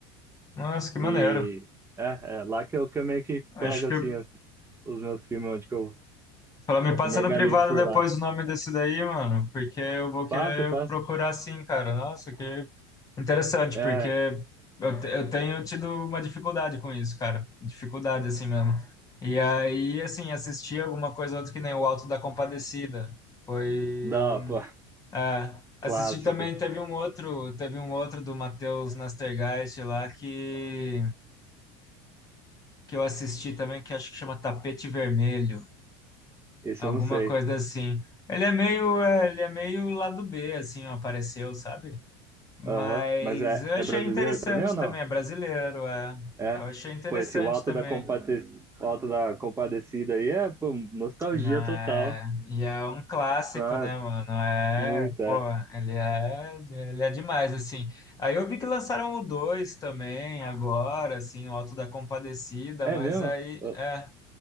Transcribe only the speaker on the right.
E é, é lá que eu, que eu meio que
pego
assim, as- os meus filmes, onde que eu,
eu me organizo
por
lá.
Passo, passo.
É,
dá,
pô, <laughs>
clássico.
Isso
eu não sei.
Aham. Mas é,
é
brasileiro
também ou não?
É,
pô, esse o Alto
da Compade... o Alto da Compadecida aí é, pô, nostalgia
total.
Nossa,
muito, é.
É
mesmo?
Eu,